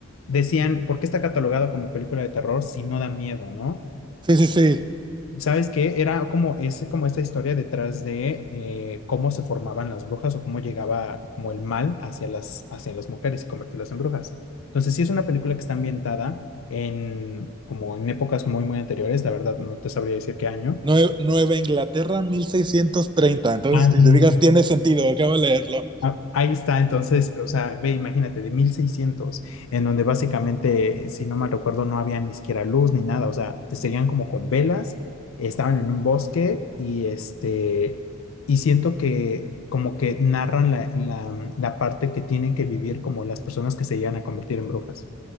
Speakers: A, on the left; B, on the right.
A: decían, ¿por qué está catalogada como película de terror si no da miedo, no?
B: Sí, sí, sí.
A: ¿Sabes qué? Era como, es como esta historia detrás de eh, cómo se formaban las brujas o cómo llegaba como el mal hacia las, hacia las mujeres y convertirlas en brujas. Entonces, sí es una película que está ambientada en como en épocas muy, muy anteriores. La verdad, no te sabría decir qué año.
B: Nue- Nueva Inglaterra, 1630. Entonces,
A: Ah.
B: si te digas, tiene sentido, acabo de leerlo.
A: Ah, Ahí está, entonces, o sea, ve, imagínate, de 1600, en donde básicamente, si no mal recuerdo, no había ni siquiera luz ni nada, o sea, te seguían como con velas, estaban en un bosque y este, y siento que como que narran la, la, la parte que tienen que vivir como las personas que se llegan a convertir en brujas.